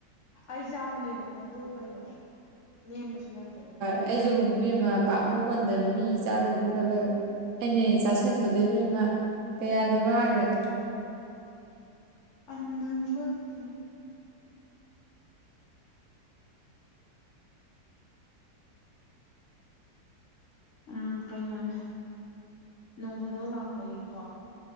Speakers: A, on the left; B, on the right.
A: ꯑꯩ ꯆꯥꯕꯅꯦ ꯑꯗꯨꯝ ꯈꯟꯗꯣꯛ ꯀꯩꯅꯣ ꯂꯦꯝꯕꯁꯨ ꯅꯠꯇꯦ
B: ꯑꯩꯖꯨ ꯏꯕꯦꯃꯥ ꯄꯥꯞꯃꯨꯃꯟꯗꯅ ꯃꯤ ꯆꯥꯗꯗꯨ ꯈꯜꯂꯒ__ ꯑꯩꯅꯦ ꯆꯥꯁꯟꯕꯗ ꯏꯕꯦꯝꯃ ꯀꯌꯥꯗꯤ ꯋꯥꯒ꯭ꯔꯦ
A: ꯑꯅꯧꯕ ꯆꯦꯡ ꯎꯝ ꯀꯩꯅꯣꯅꯦ ꯅꯣꯡꯐꯥꯗꯣꯛ ꯂꯥꯛꯄꯒꯤꯀꯣ